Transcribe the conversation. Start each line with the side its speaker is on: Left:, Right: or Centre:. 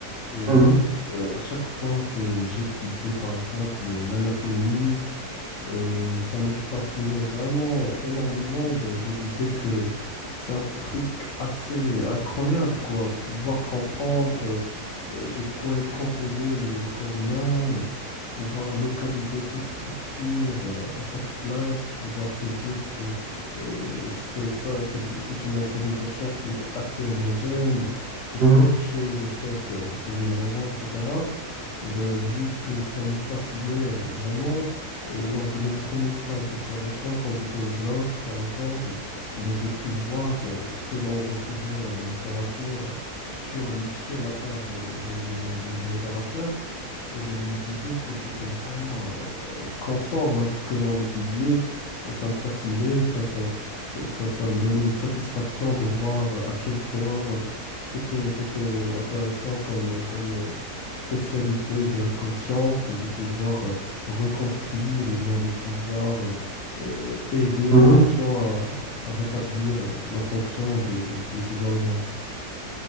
Left: euh,
Right: Mhm,
Left: euh, à chaque fois que j'étudiais par exemple euh, l'anatomie, euh, ça me fascinait vraiment énormément. Ben, je me disais que c'est un truc assez incroyable, quoi. Pouvoir comprendre euh, de quoi est composé le, le corps humain, euh, pouvoir localiser toute structure euh, à sa place, pouvoir se dire que euh, c'est ça, c'est bi- c'est une organisation qui est assez homogène, que
Right: mhm,
Left: toute chose est faite euh, pour une raison, etc. Eh ben, vu que ça me fascinait euh, vraiment, euh, lors de mes premiers stages d'observation, quand j'étais au bloc, par exemple, ben, j'ai pu voir euh, ce que l'on retrouvait en littérature sur, l- sur la table de, de, de- de- de l'opérateur. Eh ben, je me disais que c'était vraiment euh, conforme à ce que l'on étudiait et ça me fascinait, ça, ça, ça, ça, ça me donnait une satisfaction de voir à quel point c'était, c'était intéressant comme, comme euh, spécialité ou bien comme science de pouvoir euh, reconstruire ou bien de pouvoir euh, euh, aider
Right: mhm.
Left: le patient à, à rétablir euh, la fonction de, de, de ses organes.